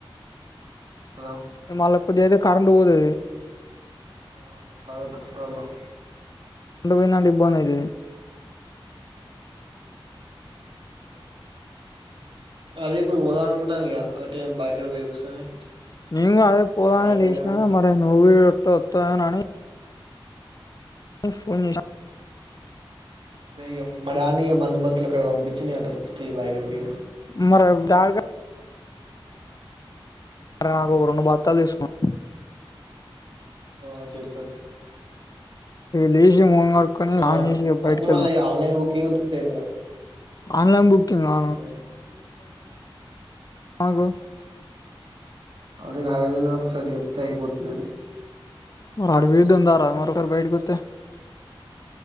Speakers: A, on the right; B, on the left.
A: హలో
B: మళ్ళ కొది ఐతే కరెంటు పోతది
A: ఆ మళ్ళ అదొ <inaudible> ప్రాబ్లం
B: <inaudible> పోయిందంటే ఇబ్బందైతది
A: అదే ఇప్పుడు పోదాం అనుకుంటాను ఇగ అ టే బాయికాడ పోయి ఒకసారి
B: నేం గూడా అదే పోదా
A: బాయికాడికైనా
B: అనే లేషినా మరే నువ్ <inaudible> ట్టొత్త <unintelligible> నని <inaudible> ఫోన్ <inaudible>
A: అదే యమ్మడాని య మందు బత్తులుగాడ పంపిచ్చి నే అటొ త్ బాయగకి
B: మరి డాడీ నాకు <unintelligible> రెండు భార్తాలు ఎ సుకున్న
A: ఆ చెప్తా తీ
B: లేసి మొఖం కడుకొని స్నానం
A: ఆ
B: చేసి బయటకి
A: అట్నే
B: వెళ్దాం
A: మళ్ళ ఇగ ఆన్లైన్ బుకింగ్ ఉత్తిత్తే అయిపోయే
B: ఆన్లైన్ బుకింగ్ <unintelligible>
A: ఆ
B: ఆగో
A: అదే నారోజన్నని ఒకసారి చెప్తే అయిపోతది
B: మరి హడవి దందారా మరోకరు బైటకుతే